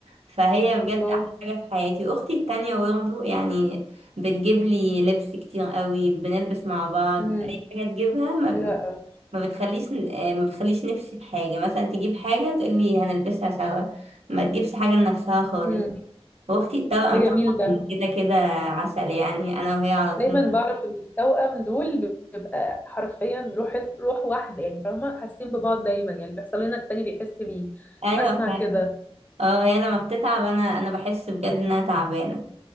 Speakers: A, on the right; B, on the left.
A: فهي
B: الله
A: بجد أحلى حاجة في حياتي أختي التانية برضه يعني بتجيب لي لبس كتير قوي بنلبس مع بعض
B: مم.
A: أي حاجة تجيبها ما ب-
B: حلو قوي
A: ما بتخليش ما بتخليش نفسي في حاجة مثلا تجيب حاجة تقولي هنلبسها سوا ما تجيبش حاجة لنفسها خالص
B: مم.
A: واختي التوأم
B: ده جميل
A: طبعا
B: ده
A: كده كده عسل يعني انا وهي على طول
B: دايما بعرف ان التوأم دول بيبقى حرفيا روح روح واحده يعني فاهمه حاسين ببعض دايما يعني اللي بيحصل لنا التاني بيحس بيه
A: ايوه
B: بسمع
A: فعلا
B: كده
A: اه هي لما بتتعب انا انا بحس بجد انها تعبانه